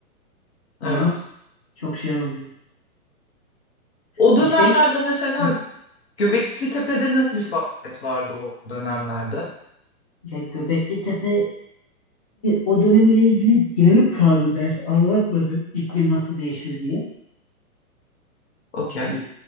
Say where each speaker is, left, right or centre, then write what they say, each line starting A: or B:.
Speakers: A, on the left (about 25°); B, on the left (about 45°).
A: ama
B: Evet.
A: çok şey olmuyor.
B: O
A: E
B: dönemlerde
A: şey,
B: mesela
A: <laughs> hı,
B: Göbekli Tepe'de ne bir faaliyet vardı o dönemlerde?
A: ya Göbekli Tepe o dönemiyle ilgili yarım kaldı ders anlatmadı. iklim nasıl değişiyor diye.
B: Okey.
A: Hani